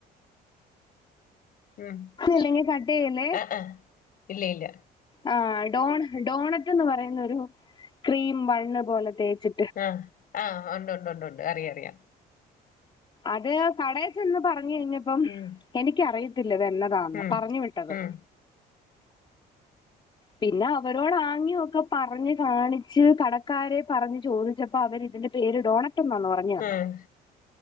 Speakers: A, on the left (about 55°); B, on the left (about 30°).
A: ഉം
B: ഇല്ലെങ്കിൽ കട്ട് ചെയ്യല്ലേ
A: ആഹ് ആഹ് ഇല്ല ഇല്ല
B: ആഹ് ഡോണ് ഡോണറ്റ് എന്ന് പറയുന്നൊരു ക്രീം ബണ്ണ് പോലെ തേച്ചി
A: ആഹ് ആഹ് ഒണ്ട് ഒണ്ട് ഒണ്ട്ണ്ട് അറിയാം അറിയാം
B: അത് കടെച്ചെന്ന് പറഞ്ഞു കഴിഞ്ഞപ്പം
A: ഉം
B: എനിക്കറിയത്തില്ലത് എന്നാ താ ന്ന്
A: ഉം
B: പറഞ്ഞു വിട്ടത്
A: ഉം
B: പിന്നെ അവരോടാങ്ങ്യൊക്കെ പറഞ്ഞ് കാണിച്ച് കടക്കാരെ പറഞ് ചോദിച്ചപ്പോ അവരിതിന്റെ പേര് ഡോണറ്റ്ന്നാന്ന് പറഞ്ഞ് തന്ന്
A: ഉം